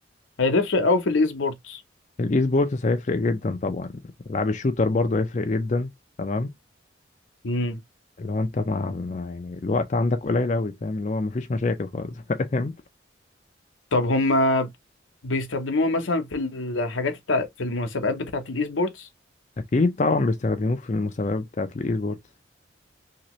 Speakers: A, on the left; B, on the left.
A: هيتفرق قوي في الاي سبورتس
B: الاي سبورتس هيفرق جدا طبعا لعب الشوتر برضه هيفرق جدا تمام
A: امم
B: اللي هو انت مع مع- يعني الوقت عندك قليل قوي فاهم اللي هو مفيش مشاكل خالص <laughs> فاهم
A: طب هما بيستخدموها مثلا في الحاجات بتاع في المسابقات بتاعه الاي سبورتس
B: اكيد طبعا بيستخدموه في المسابقات بتاعت الاي سبورتس